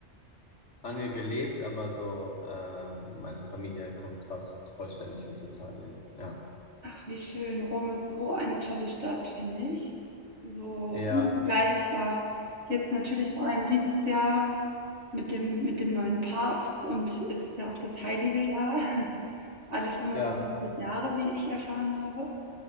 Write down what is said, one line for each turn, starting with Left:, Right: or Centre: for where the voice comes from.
Left: lange gelebt, aber so äh, meine Familie kommt fast vollständig aus Italien. Ja,
Right: Ach, wie schön. Rom ist so eine tolle Stadt, finde ich. So
Left: ja,
Right: unvergleichbar. Jetzt natürlich vor allem dieses Jahr mit dem, mit dem neuen Papst und es ist ja auch das heilige Jahr. <laughs> Alle 25
Left: ja,
Right: Jahre, wie ich erfahren habe.